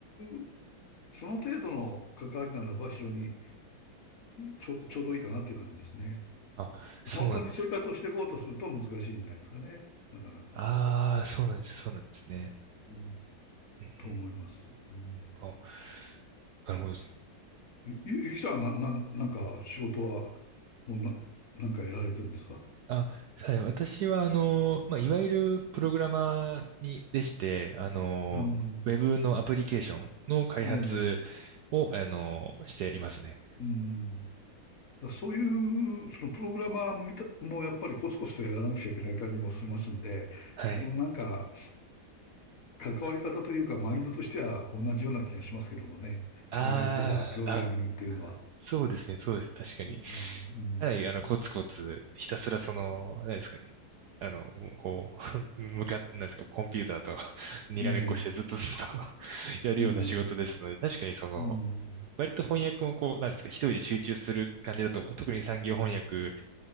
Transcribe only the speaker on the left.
う、その程度の関わりならば非常にちょうど、ちょうどいいかなっていう感じですね。
本当に生活をしていこうとすると難しいんじゃないですかね。なかなか。
うん、
と思います。うん、
ゆ、ゆゆきさんはな、な、なんか仕事はもうな、なんかやられてるんですか
うん、
ええ、
うん。だそういう、そのプログラマーみたもうやっぱりコツコツとやらなくちゃいけない感じもしますんで、
うんなんか関わり方というかマインドとしては同じような気がしますけどもね。
翻訳とかプログラミングっていうのは。
うん、
うん、ねえ、
うん、
うん、